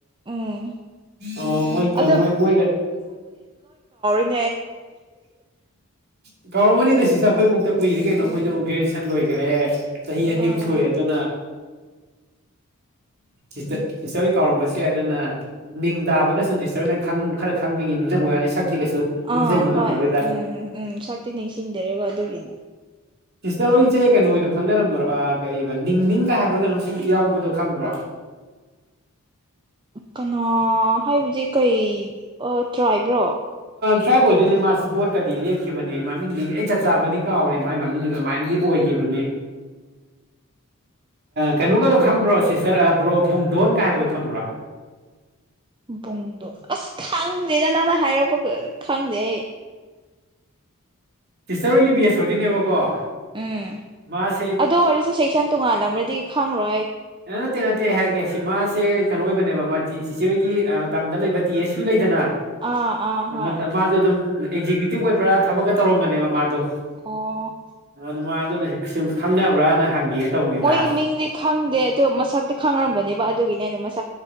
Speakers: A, on the right; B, on the right.
A: ꯎꯝ
B: ꯑꯣ ꯃꯣꯏ
A: ꯑꯗꯣ
B: ꯃꯣꯏ ꯃꯣꯏ
A: ꯍꯧꯖꯦ
B: ꯎ ꯀꯥꯎꯔꯝꯃꯅꯤꯗ ꯁꯤꯁꯨ ꯑꯩꯈꯣꯏ ꯃꯨꯛꯇ ꯀꯨꯏꯔꯦ ꯀꯩꯅꯣ ꯑꯩꯈꯣꯏꯁꯨ ꯒ꯭ꯔꯦꯖꯨꯑꯦꯁꯟ ꯂꯣꯏꯈ꯭ꯔꯦ ꯆꯍꯤ ꯅꯌꯨ
A: ꯑꯥ
B: ꯁꯩꯔꯦ ꯑꯗꯨꯅꯥ ꯁꯤꯤꯁꯇꯔꯣꯏ ꯀꯥꯎꯔꯝꯕꯁꯨ ꯌꯥꯏ ꯑꯗꯨꯅ ꯃꯤ ꯅꯤꯡ ꯇꯥꯕꯗ ꯁꯨꯝ ꯁꯤꯁꯇꯔꯅ ꯈꯔ ꯈꯪꯕꯒꯤ ꯅꯤꯡꯁꯤꯡ ꯑꯣꯏ ꯋꯥꯅꯤ ꯁꯛꯇꯤ ꯀꯩ ꯑꯗꯨ ꯅꯤꯡꯁꯤꯡꯕ
A: ꯑꯥ
B: ꯉꯝꯃꯔꯣꯏꯗ
A: ꯍꯣꯏ ꯎꯝ ꯎꯝ ꯁꯛꯇꯤ ꯅꯤꯡꯁꯤꯡꯗ꯭ꯔꯦꯕ ꯑꯗꯨꯒꯤꯅꯦ
B: ꯁꯤꯁꯇꯔ ꯍꯣꯏꯁꯦ ꯀꯩꯅꯣꯗꯣ ꯈꯪꯅꯔꯝꯈ꯭ꯔꯣ ꯀ ꯅꯤꯡꯅꯤꯡꯒ ꯍꯥꯏꯕ꯭ꯔꯥꯒꯅꯣꯝ ꯁꯨꯝ ꯏ ꯌꯥꯎꯕꯗꯣ ꯈꯪꯕ꯭ꯔꯣ
A: ꯀꯅꯥꯣ ꯍꯥꯏꯕꯗꯤ ꯀꯩ ꯇ꯭ꯔꯥꯏꯕ꯭ꯔꯣ
B: ꯇ꯭ꯔꯥꯏꯕ ꯑꯣꯏꯗꯣꯏꯅꯦ ꯃꯥꯁꯨ ꯕꯣꯠꯀꯗꯤ ꯂꯦꯞꯈꯤꯕꯅꯦ ꯃꯃꯤꯡꯗꯒꯤ ꯑꯩ ꯆꯞ ꯆꯥꯕꯗꯤ ꯀꯥꯎꯔꯦ ꯃꯥꯏ ꯃꯃꯤꯡꯗꯨ ꯑꯗꯨꯃꯥꯏꯅꯗꯤ ꯑꯣꯏꯈꯤꯕꯅꯦ ꯀꯩꯅꯣꯒꯗꯣ ꯈꯪꯕ꯭ꯔꯣ ꯁꯤꯁꯇꯔꯕ꯭ꯔꯣ ꯕꯨꯡꯗꯣꯟꯒ ꯍꯥꯏꯕꯗꯣ ꯈꯪꯕ꯭ꯔꯣ
A: ꯄꯕꯨꯡꯗꯣ ꯑꯁ ꯈꯪꯗꯦꯅ ꯅꯪꯅ ꯍꯥꯏꯔꯛꯄ ꯈꯪꯗꯦ ꯑꯩ
B: ꯇꯤꯁꯇꯔ ꯍꯣꯏꯒꯤ ꯕꯤ ꯑꯦꯁ ꯑꯣꯏꯗꯣꯏꯅꯦꯕꯀꯣ
A: ꯎꯝ
B: ꯃꯥꯁꯦ
A: ꯑꯗꯨ ꯑꯣꯏꯔꯁꯨ ꯁꯦꯛꯁꯟ ꯇꯣꯡꯉꯥꯜꯂꯝ꯭ꯔꯗꯤ ꯈꯪꯔꯣ
B: ꯍ ꯇ ꯇꯦ ꯍꯥꯏꯔꯒꯦ ꯁꯤ ꯃꯥꯁꯦ ꯀꯩꯅꯣ ꯑꯣꯏꯕꯅꯦꯕ ꯃꯥ ꯁꯤꯆꯦꯒꯤ ꯃꯇꯝꯗ ꯂꯩꯕ ꯇꯤ ꯑꯦꯁ ꯁꯨ ꯂꯩꯗꯅ
A: ꯑꯥ ꯑꯥ ꯍꯣꯏ
B: ꯃ ꯃꯥꯁꯨ ꯑꯗꯨꯝ ꯑꯦꯛꯖꯤꯀ꯭ꯌꯨꯇꯤꯕ ꯑꯣꯏꯕ꯭ꯔꯥ ꯊꯕꯛꯀ ꯇꯧꯔꯝꯕꯅꯦꯕ ꯃꯥꯗꯣ
A: ꯑꯣ
B: ꯑ ꯑꯗꯨ ꯃꯥ ꯑꯗꯨ ꯅ ꯁꯨꯝ ꯈꯪꯅꯕ꯭ꯔꯅ ꯍꯪꯒꯦꯅ ꯇꯧꯕꯅꯤꯗ
A: ꯃꯣꯏꯒꯤ ꯃꯤꯡꯗꯤ ꯈꯪꯗꯦ ꯣ ꯃꯁꯛꯇꯤ ꯈꯥꯡꯔꯝꯒꯅꯦꯕ ꯑꯗꯨꯒꯤꯅꯦ ꯑꯩꯅꯁ